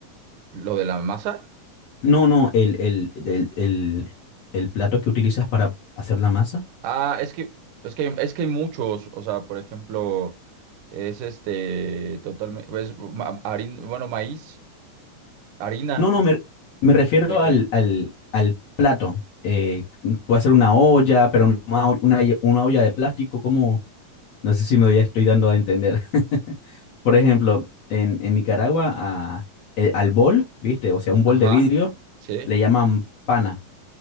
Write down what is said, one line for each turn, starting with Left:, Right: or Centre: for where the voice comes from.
Right: ¿Lo de la masa?
Left: No, no, el, el, el, el, el plato que utilizas para hacer la masa.
Right: Ah, es que, es que, es que hay muchos. O sea, por ejemplo, es este, totalmente, es ma- harin- bueno, maíz, harina,
Left: No, no, me, me refiero
Right: ¿o de
Left: al,
Right: qué?
Left: al, al plato. Eh, puede ser una olla, pero no una, o- una, olla- una olla de plástico, como, no sé si me ya estoy dando a entender. <laughs> Por ejemplo, en, en Nicaragua, a- eh, al bol, ¿viste? O sea, un bol
Right: Ajá,
Left: de vidrio,
Right: sí,
Left: le llaman pana,